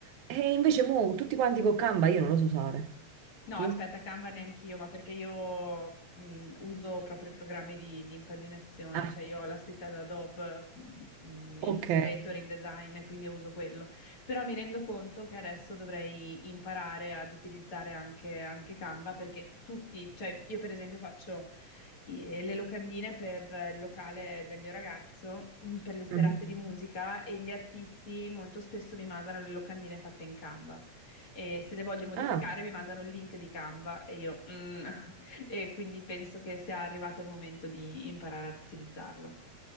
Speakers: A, on the right; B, on the left.
A: e invece mo tutti quanti con Canva io non lo so usare.
B: No,
A: Tu?
B: aspetta, Canva neanch'io, ma perché io mh, uso proprio i programmi di, di impaginazione,
A: Ah,
B: cioè io ho la suite ad Adobe, mh, Illustrator,
A: ok.
B: InDesign, quindi io uso quello. Però mi rendo conto che adesso dovrei imparare ad utilizzare anche, anche Canva perché tutti, cioè io per esempio faccio i- le locandine per il locale del mio ragazzo, <clears throat> per le serate
A: Mhm.
B: di musica e gli artisti molto spesso mi mandano le locandine fatte in Canva e se le voglio modificare
A: Ah,
B: mi mandano il link di Canva e io mm, <laughs> e quindi penso che sia arrivato il momento di imparare ad utilizzarlo.